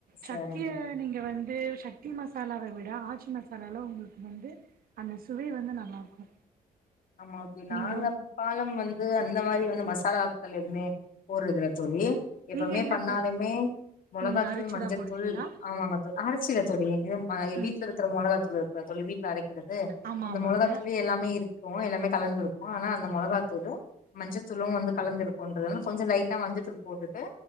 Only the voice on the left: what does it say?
சரிங்க
தோழி
ஆமா அப்படி
நாங்க பாலம் வந்து அந்த மாதிரி வந்து மசாலாக்கள் எதுவுமே போடுறதுல தோழி எப்பவுமே
பண்ணாலுமே
மிளகாத்தூள்
மஞ்சத்தூள்
ஆமாங்க தோழி அரைச்சிர தோழி இது
வீட்டுல இருக்கிற மிளகாத்தூள் இருக் ஆ தொழுவி அரைக்கிறது
அந்த
மிளகாத்தூள்ளே எல்லாமே இருக் கு எல்லாமே கலந்திரு ஆனா அந்த மிளகாத்தூளு மஞ்சத்தூளு வந்து கலந்து இருக்குன்றுதுனால கொஞ்சோ லைட்டா மஞ்சத்தூள் போட்டுட்டு